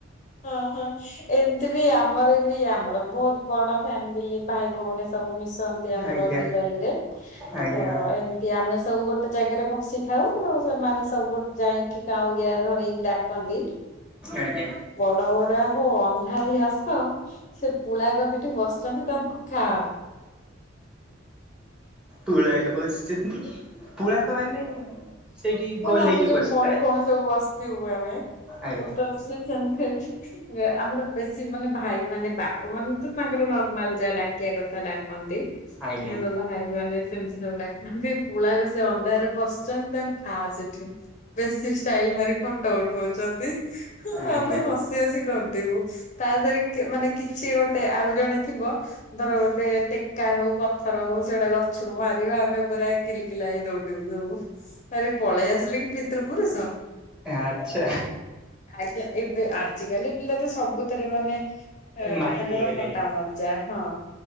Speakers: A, on the left (about 40°); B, in the centre.
A: ହଁ ହଁ ଏମିତି ବି ଆମର ବି ଆମର ବହୁତ ବଡ ଫ୍ୟାମିଲି ଭାଇ ଭଉ ଉଣି ସବୁ ମିଶନ୍ତି ଆମର
B: ଆଜ୍ଞା
A: ଦିିବାଲିରେ
B: ଆଜ୍ଞା
A: ତ ଏମତି ଆମେ ସବୁ ଗୋଟେ ଜାଗାରେ ବସ୍ ସିଥାଉ ଆଉ ସେମାନେ ସବୁ ଯାଇକି କାଉଁଳିଆ ଧରିକି ଡାକନ୍ତି
B: ଆଜ୍ଞା
A: ବଡ ବଡୁଆ ହୋ ଅନ୍ଧାରି ଆସ ସେ ପୁଳାକ ସେଠି ବସିଛନ୍ତି ତାଙ୍କୁ ଖା।
B: ପୁଳାକ ବସିଛନ୍ତି ପୁଳାକ ମାନେ ସେଇଠି ଗୋଲ
A: ଆମେ
B: ହେଇକି
A: ଯୋଉଁ
B: ବସିଥାଏ
A: ଭଉଣୀ ଭଉଣୀ ସବୁ ବସିଥିବୁ ଆମେ
B: ଆଜ୍ଞା
A: ସେଠାକୁ ସେମ ଆମର ବେଶୀ ମାନେ ଭାଇ ମାନେ ବାପା ମାନେ ତ ତାଙ୍କର ନର୍ମାଲ ଯାହା ଡାକିଆ କଥା ତା ଡାକନ୍ତି
B: ଆଜ୍ଞା।
A: କିନ୍ତୁ ଭାଇ ମାନେ ସେମିତି ସବୁ ଡାକନ୍ତି ପୁଳାକ ସେ ଅନ୍ଧାରରେ ବସିଛନ୍ତି ତାଙ୍କ ଖା ସେଠି ବେଶୀ ଷ୍ଟାଇଲ ମାରି ଫଟୋ ଉଠଉଛନ୍ତି
B: ଆଜ୍ଞା
A: ଆମେ ହସି ହସି ଗ ଗଡ଼ିବୁ ତା ଦେହରେ ମାନେ କିଛି ଗୋଟେ ଆଉ ଜଣେ ଥିବ ଧର ଗୋଟେ ଟେକା ହଉ ପଥ ଥର ହଉ ସେଗୁଟା ଗଛକୁ ମାରିବ ଆମେ ପୁରା କିଲିକିଲା ଦଉଡିବୁ ସବୁ ଆରେ ପଳେଇ ଆସିଲେ କି ପିତୃପୁରୁଷ
B: ଆଚ୍ଛା
A: ଆଜ୍ଞା। ଏବେ ଆଜିକାଲି ପିଲା ତ ସବୁଥରେ ମାନେ ଏ
B: ମାହିର
A: ତାଙ୍କର
B: ହେଇଗଲେଣି
A: ଥଟା ମଜା ହଁ